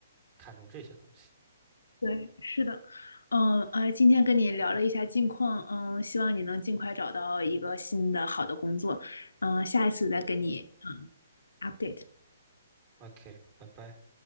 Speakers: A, on the right; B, on the left.
A: 看重这些东西。
B: 对，是的，嗯啊，今天跟你聊了一下近况，嗯，希望你能尽快找到一个新的好的工作，嗯，下一次再跟你嗯 update。
A: OK，拜拜。